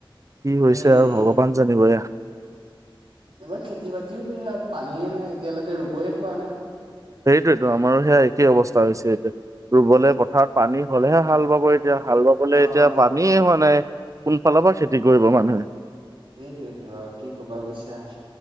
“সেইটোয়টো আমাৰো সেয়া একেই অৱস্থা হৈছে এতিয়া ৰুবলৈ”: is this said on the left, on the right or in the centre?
Right